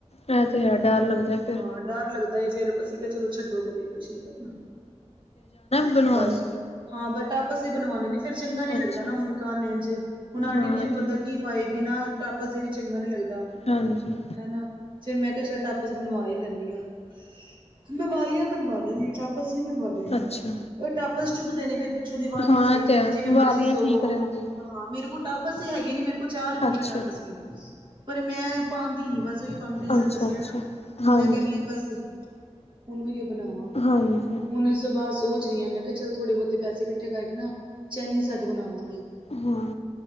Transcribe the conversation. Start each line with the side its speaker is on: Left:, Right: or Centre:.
Left: ਐ ਤੇ ਹੈ ਡਰ ਲੱਗਦਾ ਫੇਰ।
Right: ਹਾਂ ਡਰ ਲੱਗਦਾ ਏ ਫੇਰ ਅਸੀਂ ਕਿਹਾ ਚਲੋ ਛੱਡੋ ਪਰੇ, ਕੁੱਛ ਨੀ ਕਰਨਾ।
Left: ਬਨਵਾਨ
Right: ਬਸ ਹਾਂ ਬਟ ਟਾਪਸ ਹੀ ਬਨਵਾਨੇ ਨੇ, ਫੇਰ ਚੰਗਾ ਨੀ ਲੱਗਦਾ
Left: ਅੱਛਾ
Right: ਨਾ ਹੁਨ ਕੰਨ ਇੰਜ ਹੁਨ ਆਰਟੀਫਿਸ਼ਲ
Left: ਹਾਂ ਤੇ
Right: ਬੰਦਾ ਕੀ ਪਾਏ ਬਿਨਾਂ ਟਾਪਸ ਦੇ ਵੀ ਚੰਗਾ ਨਹੀਂ ਲੱਗਦਾ।
Left: ਹਾਂਜੀ।
Right: ਹੈ ਨਾ ਫੇਰ ਮੈਂ ਕਯਾ ਚੱਲ ਟਾਪਸ ਬਨਵਾ ਹੀ ਲੈਂਨੀ ਆਂ। ਹੁਨ ਮੈਂ ਵਾਲੀਆਂ ਬਨਵਾਨੇ ਨੇ ਟਾਪਸ ਨੀ ਬਨਵਾਨੇ।
Left: ਅੱਛਾ
Right: ਉਹ ਟਾਪਸ ਚੁਭਦੇ ਨੇ ਫੇਰ ਪਿੱਛੋਂ ਦੀ ਵਾਲੀਆਂ
Left: ਹਾਂ
Right: ਸਹੀ ਰਹਿੰਦੀ,
Left: ਤੇ ਹੈ
Right: ਜਿਵੇਂ ਮਰਜ਼ੀ
Left: ਵਾਲੀਆਂ
Right: ਸੋਵੋ।
Left: ਠੀਕ ਰਹਿੰਦੀਆਂ
Right: ਹਾਂ ਮੇਰੇ ਕੋਲ ਟਾਪਸ ਹੈਗੇ ਨੇ, ਮੇਰੇ ਕੋਲ ਚਾਰ ਜੋੜੀਆਂ
Left: ਅੱਛਾ
Right: ਟਾਪਸ ਨੇ। ਪਰ ਮੈਂ ਪਾਂਦੀ ਨੀ ਬਸ ਤੁਹਾਨੂੰ ਰੀਜਨ
Left: ਅੱਛਾ
Right: ਦੱਸਿਆ
Left: ਅੱਛਾ
Right: ਨਾ,
Left: ਹਾਂਜੀ
Right: ਮੈਂ ਕਹਨੀ ਆ ਬਸ। ਹਨ ਓਇਓ ਬਨਾਵਾਂ
Left: ਹਾਂਜੀ
Right: ਹੁਨ ਉਸ ਤੋ ਬਾਦ ਸੋਚ ਰਹੀ ਆਂ ਮੈਂ ਕਿਹਾ ਚਲ ਥੋੜੇ ਬਹੁਤੇ ਪੈਸੇ ਇਕੱਠੇ ਕਰਕੇ ਨਾ ਚੈਨੀ ਸੈੱਟ ਬਨਾਵਾਂਗੀ।
Left: ਹਾਂ।